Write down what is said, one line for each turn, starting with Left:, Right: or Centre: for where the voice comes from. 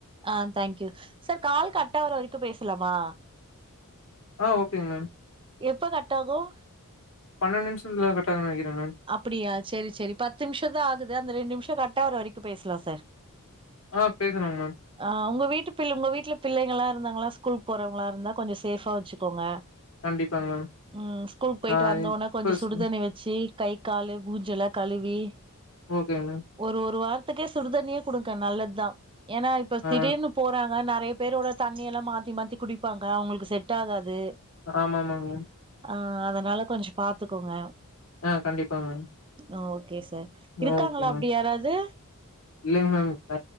Right: ஆ தேங்க்யூ சார் கால் கட் ஆகற வர வரைக்கும் பேசலாமா
Left: ஆ ஓகேங்க
Right: எப்ப கட் ஆகும்
Left: பன்னெண்டு நிமிஷத்துல கட்டாகும்னு நெனக்கிறேன் மேம்
Right: அப்டியா செரி செரி பத்து நிமிஷம் தான் ஆகுது அந்த ரெண்டு நிமிஷம் கட் ஆகுற வரைக்கும் பேசலாம் சார்
Left: ஆ பேசலாம் மேம்
Right: ஆ உங்க வீட்டு பி உங்க வீட்ல பிள்ளைங்களா இருந்தாங்கனா ஸ்கூல் போறவங்களா இருந்தா கொஞ்சம் சேஃபா வச்சுக்கோங்க
Left: கண்டிப்பாங்க மேம்
Right: ம் ஸ்கூலு போயிட்டு
Left: ஆ
Right: வந்த
Left: இப்ப
Right: உடனே கொஞ்சம்
Left: ஸ்
Right: சுடுதண்ணி வச்சு கை கால் மூஞ்சில்லாம் கழுவி
Left: ஓகேங்க மேம்
Right: ஒரு ஒரு வாரத்துக்கே சுடுதண்ணியே கொடுங்க நல்லதுதான் ஏன்னா இப்ப
Left: ஆ
Right: திடீர்னு போறாங்க நெறைய பேரோட தண்ணியெல்லா மாத்தி மாத்தி குடிப்பாங்க அவ்ங்களுக்கு செட் ட்டாகாது
Left: ஆமா ஆமாங்க மேம்
Right: ஆ அதனால கொஞ்ச பாத்துக்கோங்க
Left: ஆ கண்டிப்பாங்க
Right: ஆ ஓகே சார்
Left: ஆ
Right: இருக்காங்களா
Left: ஓகே மேம்
Right: அப்டி யாராவது
Left: இல்லைங்க மேம் இப்ப